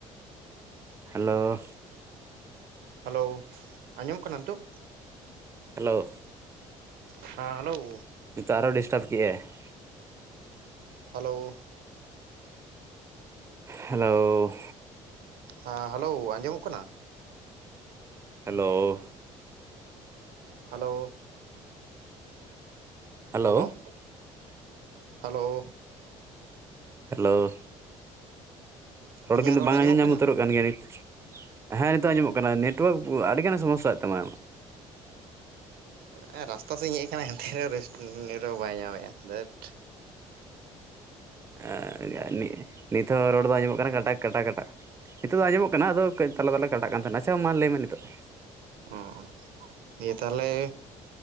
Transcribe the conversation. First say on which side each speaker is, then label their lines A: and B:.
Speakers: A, on the right (about 15°); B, on the right (about 65°).
A: ᱦᱮᱞᱳ!
B: ᱦᱮᱞᱳ! ᱟᱸᱡᱚᱢᱚᱜ ᱠᱟᱱᱟ ᱱᱤᱛᱳᱜ?
A: ᱦᱮᱞᱳ!
B: ᱦᱮᱸ ᱦᱮᱞᱳ!
A: ᱱᱤᱛᱚᱜ ᱟᱨᱚ ᱰᱤᱥᱴᱟᱵᱽ ᱠᱮᱜᱼᱟᱭ ᱾
B: ᱦᱮᱞᱳ!
A: ᱦᱮᱞᱳ,
B: ᱦᱮᱸ ᱦᱮᱞᱳ ᱟᱸᱡᱚᱢᱚᱜ ᱠᱟᱱᱟ?
A: Hello,
B: hello,
A: hello
B: hello hello,
A: hello, ᱨᱚᱲ
B: ᱤᱧᱟᱹᱜ
A: ᱠᱤᱱᱛᱩ ᱵᱟᱝ
B: ᱟᱸᱡᱚᱢᱚᱜ
A: ᱟᱸᱡ ᱧᱟᱢ
B: ᱠᱟᱱᱟ
A: ᱩᱛᱟᱹᱨᱚᱜ ᱠᱟᱱ ᱜᱮᱭᱟ ᱱᱤᱛ᱾ ᱦᱮᱸ ᱱᱤᱛᱚᱜ ᱟᱸᱡᱚᱢᱚᱜ ᱠᱟᱱᱟ ᱱᱮᱴᱳᱣᱟᱨᱠ ᱟᱹᱰᱤᱜᱟᱱᱮ ᱥᱚᱢᱚᱥ ᱥᱟᱭᱮᱫ ᱛᱟᱢᱟ᱾
B: ᱦᱮᱸ ᱨᱟᱥᱛᱟ ᱥᱮᱡ ᱤᱧ ᱦᱮᱡ ᱟᱠᱟᱱᱟ ᱮᱱᱛᱮ ᱨᱮᱦᱚᱸ ᱨᱮᱥᱴ ᱱᱮᱴᱣᱟᱨᱠ ᱵᱟᱭ ᱧᱟᱢᱮᱫᱼᱟ ᱫᱷᱟᱹᱴ᱾
A: ᱮᱻ ᱱᱤ ᱱᱤᱛ ᱦᱚᱸ ᱨᱚᱲ ᱫᱚᱝ ᱟᱸᱡᱚᱢᱚᱜ ᱠᱟᱱᱟ ᱠᱟᱴᱟ ᱠᱟᱴᱟ ᱾ ᱱᱤᱛᱚᱜ ᱫᱚ ᱟᱸᱡᱚᱢᱚᱜ ᱠᱟᱱᱟ ᱟᱫᱚ ᱠᱟᱹᱡ ᱛᱟᱞᱟ ᱛᱟᱞᱟ ᱠᱟᱴᱟᱜ ᱠᱟᱱ ᱛᱟᱦᱮᱱᱟ ᱟᱪᱷᱟ ᱢᱟ ᱞᱟᱹᱭᱢᱮ ᱱᱤᱛᱚᱜ ᱾
B: ᱚᱸ ᱫᱤᱭᱮ ᱛᱟᱦᱚᱞᱮ